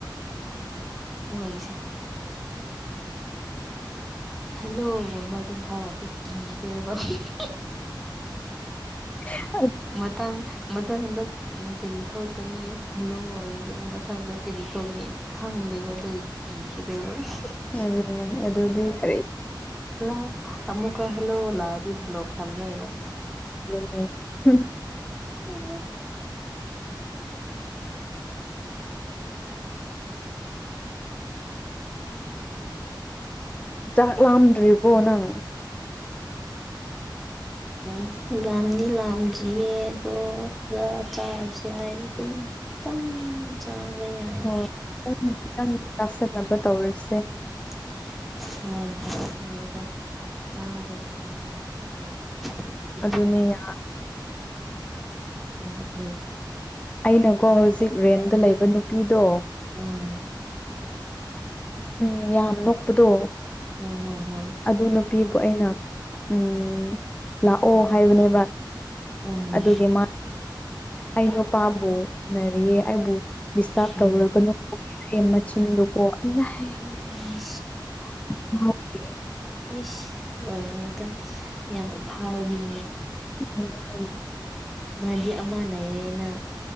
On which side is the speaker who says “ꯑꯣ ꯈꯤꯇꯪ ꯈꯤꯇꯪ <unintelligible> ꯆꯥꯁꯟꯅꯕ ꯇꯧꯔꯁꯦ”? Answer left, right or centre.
Left